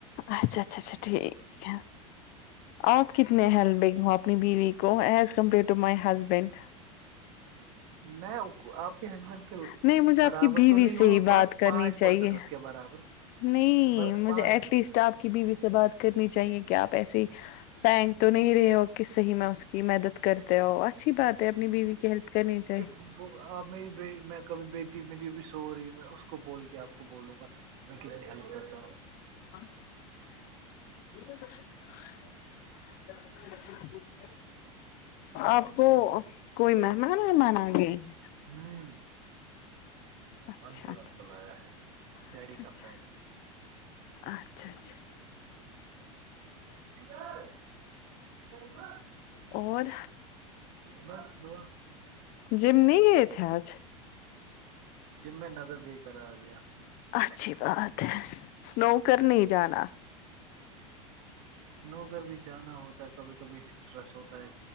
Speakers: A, on the left (about 55°); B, on the right (about 60°).
A: اچھا اچھا اچھا ٹھیک ہے آپ کتنے ہیلپنگ ہو اپنی بیوی کو as compare to my husband
B: میں ا آپ کے ہسبینڈ کے
A: نہیں مجھے آپ
B: برابر
A: کی بیوی
B: تو نہیں
A: سے
B: ہو
A: ہی بات
B: بس
A: کرنی
B: پانچ
A: چاہیے
B: پرسینٹ اس کے برابر
A: نہیں
B: ر
A: مجھے
B: پانچ
A: ایٹ
B: پرسنٹ
A: لیسٹ آپ کی بیوی سے بات کرنی چاہیے کہ آپ ایسی فینک تو نہیں رہے ہو کہ صحی میں اس کی مدد کرتی تو اچھی بات ہے اپنی بیوی کی ہیلپ کرنی چائے
B: پ میری بی میں کبھی بیٹی میریب بھی سو رہی ہے اس کو بول کے آپ بولوں گا میں کتنی ہیلپ کرتا ہوں
A: ہ آپ کو کوئی مہمان مہمان آ گئے ہیں
B: ہوں
A: اچھا
B: منظور
A: اچھا
B: انکل آیا ہے ڈیڈی
A: اچھا
B: کا فریڈ
A: اچھا اچھا
B: ج
A: اور
B: بس دو
A: جیم نہیں گئے تھے آج
B: ج میں نظر دے کر آ گیا
A: اچھی بات ہے سنو کرنے جانا
B: سنو کر بھی جانا ہوتا ہے کبھی کبھی اسٹریس ہوتا ہے